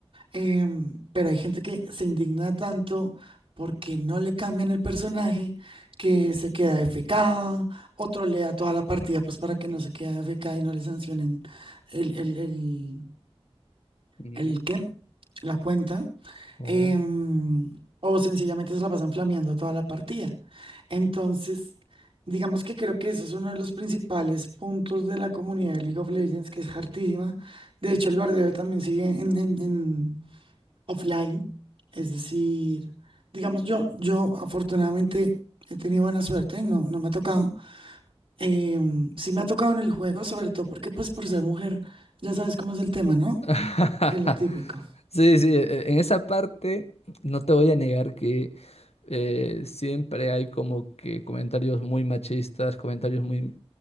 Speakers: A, on the right; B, on the left.
A: Em, pero hay gente que se indigna tanto porque no le cambian el personaje que se queda FK, otro le da toda la partida pues para que no se quede FK y no le sancionen el, el, el-
B: Mm,
A: ¿El qué? La cuenta.
B: oh.
A: em, o sencillamente se la pasan flameando toda la partida. Entonces, digamos que creo que eso es uno de los principales puntos de la comunidad de League of Legends, que es hartísima. De hecho, el bardeo también sigue en, en- en offline. Es decir, digamos, yo, yo afortunadamente he tenido buena suerte, no, no me ha tocado. Em, sí me ha tocado en el juego, sobre todo porque pues por ser mujer, ya sabes cómo es el tema, ¿no?
B: <laughs>
A: Que Es lo típico.
B: Sí, sí, e- e, en esa parte no te voy a negar que eh, siempre hay como que comentarios muy machistas, comentarios muy